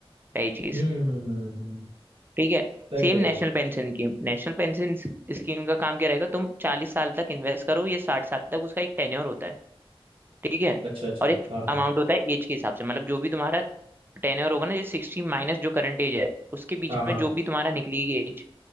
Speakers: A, on the right; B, on the right.
A: पहली चीज़
B: हम्म हम्म हम्म हम्म,
A: ठीक है
B: सही
A: Same
B: कह रहे
A: national
B: हो आप।
A: pension scheme National pension scheme का काम क्या रहेगा तुम चालीस साल तक इन्वेस्ट करो या साठ साल तक उसका एक टेन्योर होता है ठीक है
B: अच्छा अच्छा
A: और एक
B: हाँ हाँ
A: अमाउंट होता है एज के हिसाब से मतलब जो भी तुम्हारा टेन्योर होगा ना जैसे सिक्सटी माइनस जो करंट एज है उसके बीच
B: हाँ हाँ
A: में जो भी तुम्हारा निकलेगी एज